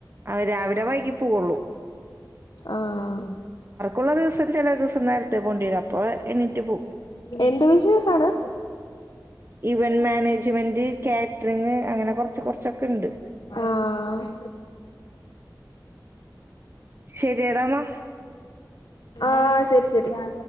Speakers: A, on the right (about 35°); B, on the left (about 75°).
A: ആ രാവിലെ വൈകി പോവൊള്ളൂ.
B: ആഹ്.
A: ഉള്ള ദിവസം ചെല ദിവസം നേരത്തെ പോണ്ടി വരും അപ്പൊ എണീറ്റ് പോവും.
B: എന്ത് ബിസിനസാണ്?
A: ഇവൻ മേനേജ്മെന്റ് കേന്റിറിങ് അങ്ങനെ കൊർച്ച് കൊർച്ച്ണ്ട്.
B: ആഹ്.
A: ശരിയടാ എന്നാ
B: ആഹ് ശെരി ശെരി.